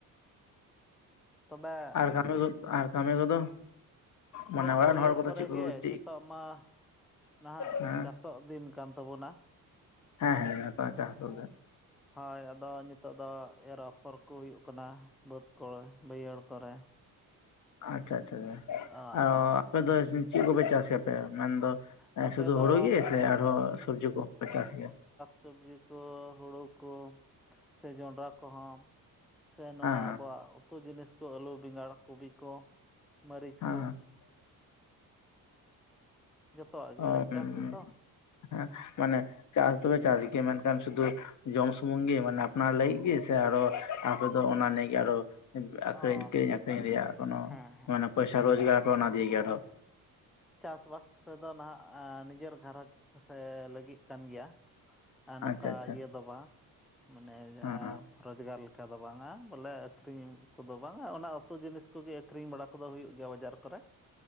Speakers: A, in the centre; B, on the left.
A: ᱛᱚᱵᱮ ᱼᱼ
B: ᱟᱨ ᱠᱟᱹᱢᱤ <inaudible> ᱟᱨ ᱠᱟᱹᱢᱤ ᱠᱚᱫᱚ? ᱢᱟᱱᱮ
A: ᱵᱟᱹᱫᱽ
B: ᱚᱲᱟᱜ
A: ᱵᱟᱹᱭᱦᱟᱹᱲ
B: ᱨᱮᱱ ᱦᱚᱲ ᱠᱚᱫᱚ
A: ᱠᱚᱨᱮ
B: ᱪᱮᱫ ᱠᱚ
A: ᱜᱮ
B: ᱪᱮᱫ
A: ᱧᱤᱛᱚᱜ ᱢᱟ ᱱᱟᱦᱟᱜ
B: ᱦᱮᱸ
A: ᱪᱟᱥ ᱼᱼ ᱛᱚᱜ ᱫᱤᱱ ᱠᱟᱱ ᱛᱟᱵᱚᱱᱟ ᱾
B: ᱦᱮᱸ ᱦᱮᱸ <unintelligible>
A: ᱦᱳᱭ ᱟᱫᱚ ᱱᱤᱛᱚᱜ ᱫᱚ ᱮᱨ ᱟᱯᱷᱚᱨ ᱠᱚ ᱦᱩᱭᱩᱜ ᱠᱟᱱᱟ ᱾ ᱵᱟᱹᱫᱽ ᱠᱚᱨᱮ ᱵᱟᱹᱭᱦᱟᱹᱲ ᱠᱚᱨᱮ ᱾
B: ᱟᱪᱪᱷᱟ ᱟᱪᱪᱷᱟ
A: ᱟᱸ
B: ᱚ ᱟᱯᱮᱫ ᱫᱚ ᱪᱤᱜ ᱠᱚᱯᱮ ᱪᱟᱥ ᱜᱮᱭᱟᱯᱮ? ᱢᱮᱱ ᱫᱚ
A: ᱱᱚᱛᱮ
B: ᱥᱩᱫᱷᱩ
A: ᱫᱚ
B: ᱦᱩᱲᱩ ᱜᱤ ᱥᱮ ᱟᱨᱦᱚᱸ ᱥᱚᱵᱽᱡᱤ ᱠᱚ ᱪᱟᱥ ᱜᱮᱭᱟ?
A: ᱥᱚᱵᱽᱡᱤ ᱠᱚ ᱦᱳᱲᱩ ᱠᱚ ᱥᱮ ᱡᱚᱱᱰᱨᱟ ᱠᱚᱦᱚᱸ ᱾ ᱥᱮ ᱱᱚᱣᱟ
B: ᱦᱮᱸ
A: ᱟᱵᱚᱣᱟᱜ ᱩᱛᱩ ᱡᱤᱱᱤᱥ ᱠᱚ ᱟᱹᱞᱩ ᱵᱮᱸᱜᱟᱲ ᱠᱚᱵᱤ ᱠᱚ ᱢᱟᱹᱨᱤᱪ
B: ᱦᱮᱸ
A: ᱠᱚ ᱾ ᱡᱚᱛᱚᱣᱟᱜ
B: <unintelligible>
A: ᱜᱮᱞᱮ ᱪᱟᱥ ᱫᱚ
B: ᱢᱟᱱᱮ ᱪᱟᱥ ᱫᱚᱵᱮ ᱪᱟᱥ ᱜᱮ ᱢᱮᱱᱠᱷᱟᱱ ᱥᱩᱫᱩ ᱼᱼ ᱡᱚᱢ ᱥᱩᱢᱩᱝ ᱜᱮ ᱢᱟᱱᱮ ᱟᱯᱱᱟᱨ ᱞᱟᱹᱜᱤᱜ ᱜᱤ ᱥᱮ ᱟᱨᱚ ᱟᱯᱮ ᱫᱚ ᱚᱱᱟ ᱱᱤᱭᱮ ᱜᱮ ᱟᱨᱚ ᱼᱼ ᱟᱠᱷᱨᱤᱧ
A: ᱚ
B: ᱠᱤᱨᱤᱧ ᱟᱠᱷᱨᱤᱧ ᱨᱮᱭᱟᱜ ᱠᱚᱱᱚ
A: ᱦᱮᱸ ᱦᱮᱸ
B: ᱢᱟᱱᱮ ᱯᱚᱭᱥᱟ ᱨᱳᱡᱽᱜᱟᱨ ᱚᱱᱟ ᱫᱤᱭᱮ ᱜᱮ ᱟᱨᱦᱚᱸ?
A: ᱪᱟᱥᱵᱟᱥ ᱨᱮᱫᱚ ᱱᱟᱦᱟᱜ ᱱᱤᱡᱮᱨ ᱜᱷᱟᱨᱚᱸᱡᱽ ᱼᱼ ᱥᱮᱨᱮ ᱞᱟᱹᱜᱤᱫ ᱠᱟᱱ ᱜᱮᱭᱟ ᱟᱨ ᱱᱚᱠᱟ
B: ᱟᱪᱪᱷᱟ ᱟᱪᱪᱷᱟ
A: ᱤᱭᱟᱹ ᱫᱚ ᱵᱟ ᱾ ᱢᱟᱱᱮ ᱡᱟᱦᱟᱸ
B: ᱦᱮᱸ
A: ᱨᱚᱡᱽᱜᱟᱨ ᱞᱮᱠᱟ ᱫᱚ ᱵᱟᱝᱟ ᱵᱚᱞᱮ ᱟᱹᱠᱷᱨᱤᱧ ᱠᱚᱫᱚ ᱵᱟᱝᱟ ᱚᱱᱟ ᱼᱼ ᱡᱚᱛᱚ ᱡᱤᱱᱤᱥ ᱠᱚᱜᱮ ᱟᱹᱠᱷᱨᱤᱧ ᱵᱟᱲᱟ ᱠᱚᱫᱚ ᱦᱩᱭᱩᱜ ᱜᱮᱭᱟ ᱵᱟᱡᱟᱨ ᱠᱚᱨᱮ ᱾